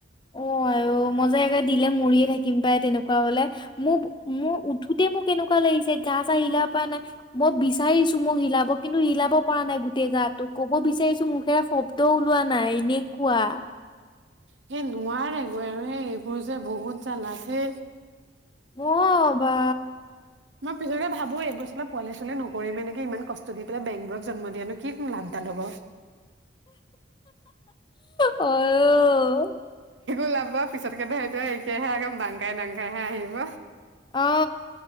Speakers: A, on the left; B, on the right.
A: অ আৰু মই যে একে দিলে মৰিয়ে থাকিম পাই তেনেকুৱা হলে মোক মোৰ উঠোতে উঠোতে মোৰ কেনেকুৱা লাগিছে গা চা হিলাব পৰা নাই মই বিচাৰিছো মোক হিলাব কিন্তু হিলাব পৰা নাই গোটেই য তো ক'ব বিচাৰিছো মোখেৰে শব্দ ওলোৱা নাই এনেকুৱা
B: সেই নোৱাৰে গৈ আৰু সেই এইবোৰ যে বহুত জালাথেই
A: অ বা
B: মই পিছতকে ভাবো এইবছৰলে পোৱালি চোৱালি নকৰিমে নেকি ইমান কষ্ট দি পেলাই বেংবোৰক জন্ম দিয়া নো কি লাভডাল হ'ব <inaudible>
A: অ'।
B: ওলাব পিছতকে ভাই তই এতিয়াহে আগে ডাংখাই দাংখাইহে আহিব
A: অ